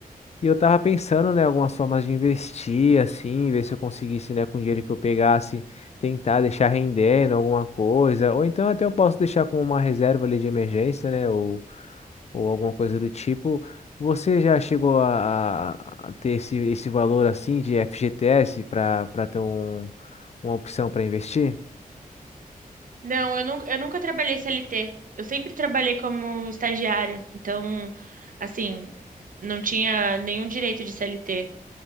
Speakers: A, on the left; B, on the right.
A: E eu tava pensando, né, algumas formas de investir, assim, ver se eu conseguisse, né, com o dinheiro que eu pegasse, tentar deixar rendendo alguma coisa, ou então até eu posso deixar com uma reserva ali de emergência, né, ou, ou alguma coisa do tipo. Você já chegou a, a- a ter esse, esse valor, assim, de FGTS para para ter um, uma opção para investir?
B: Não, eu nunca, eu nunca trabalhei CLT. Eu sempre trabalhei como estagiária. Então, assim, não tinha nenhum direito de CLT.